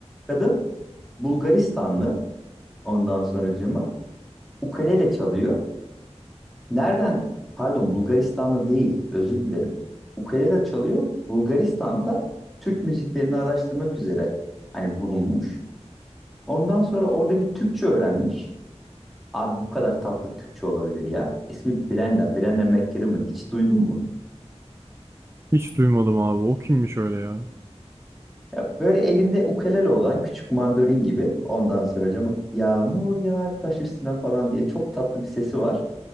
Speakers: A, in the centre; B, on the right.
A: Kadın Bulgaristanlı ondan sonracığıma ukulele çalıyor. Nereden? Pardon Bulgaristanlı değil özür dilerim. Ukulele çalıyor. Bulgaristan'da Türk müziklerini araştırmak üzere hani bulunmuş. Ondan sonra orada bir Türkçe öğrenmiş. Abi bu kadar tatlı Türkçe olabilir ya. İsmi Brenna, Brenna McCrimmon. Hiç duydun mu?
B: Hiç duymadım abi. O kimmiş öyle ya?
A: Ya böyle elinde ukulele olan küçük mandolin gibi ondan sonra hocama yağmur yağar taş üstüne falan diye çok tatlı bir sesi var.